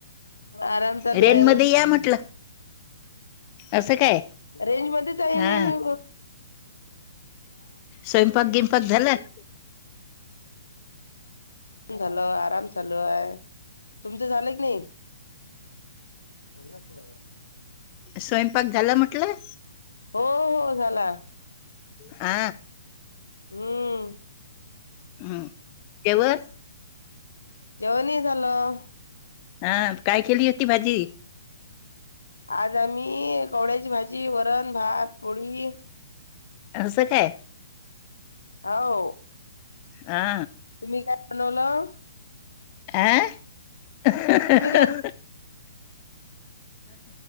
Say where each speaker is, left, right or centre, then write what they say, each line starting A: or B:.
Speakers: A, on the left (about 80°); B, on the left (about 35°).
A: आराम चालू
B: रेन
A: आहे.
B: मध्ये या म्हटलं असं काय
A: रेंज मध्येच आहे
B: हा
A: मी न
B: स्वयंपाक गिमपाक झालं?
A: झाल. आराम चालू आहे, तुमचं झालं की नाही? बोलला थोडं फार मग.
B: स्वयंपाक झाला म्हटलं?
A: हो हो झाला.
B: आ.
A: हम्म
B: हम्म <unintelligible>
A: जेवण हि झालं.
B: हा काय केली होती भाजी?
A: आज आम्ही, कवळ्याची भाजी, वरण, भात, पोळी
B: असं काय?
A: हो
B: हा.
A: तुम्ही काय बनवलं?
B: आं? <unintelligible>
A: तुम्ही काय